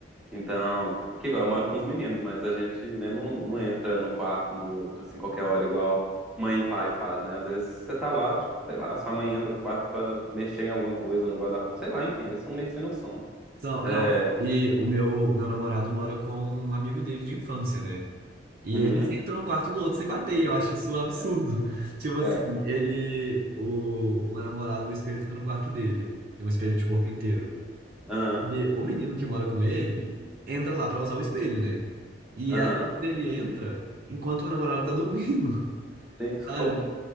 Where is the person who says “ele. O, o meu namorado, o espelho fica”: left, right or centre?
Right